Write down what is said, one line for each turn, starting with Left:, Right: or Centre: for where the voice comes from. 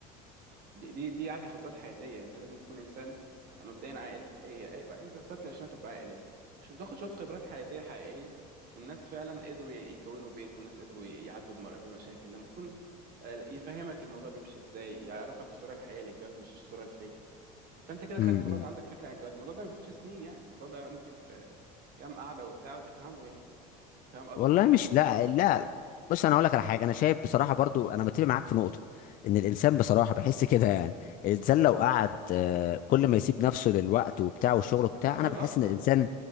Right: دي دي دي عادي خبرات حياتيه انت لازم تكون انسان مبدئيا عاقل اي اي بقى انت وصلت العشرينات تبقى عاقل يعني مش بتاخد شويه خبرات حياتيه حقيقيه من ناس فعلا قدروا ي- يكونوا بيت والناس قدروا ي- يعدوا بمر- بمشاكل لما تكون آه، يفهمك الموضوع بيمشي ازاي يعرفك الصوره الحقيقيه للجواز مش الصوره الفيك فانت كده خدت
Left: امم
Right: خلاص عندك فكره عن الجواز الموضوع ده ما بياخدش سنين يعني الموضوع ده ممكن في كام قعده وبتاع وتفهمه يعني فاهم قصدي
Left: والله مش
Right: بس
Left: لا لا بص انا اقول لك على حاجه انا شايف بصراحه برضو انا متفق معاك في نقطه ان الانسان بصراحه بحس كده يعني الانسان لو قعد آه، كل ما يسيب نفسه للوقت وبتاع والشغل بتاع
Right: هتقعد
Left: انا بحس
Right: اكتر
Left: ان الانسان